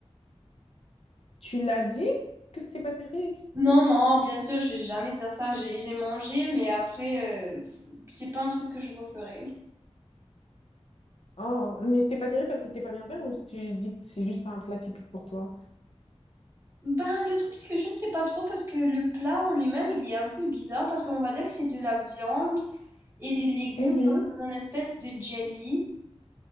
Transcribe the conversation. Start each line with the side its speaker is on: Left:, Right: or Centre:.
Left: Tu l'as dit que c'était pas terrible.
Right: Non, non, bien sûr, je vais jamais dire ça. J'ai j'ai mangé, mais après, euh, c'est pas un truc que je referai.
Left: Oh, mais c'était pas terrible parce que c'était pas bien fait ou si tu dis que c'est juste pas un plat typique pour toi?
Right: Ben, le truc, c'est que je ne sais pas trop parce que le plat en lui-même, il est un peu bizarre parce qu'on va dire que c'est de la viande et des légumes
Left: Mhm.
Right: dans un espèce de jelly.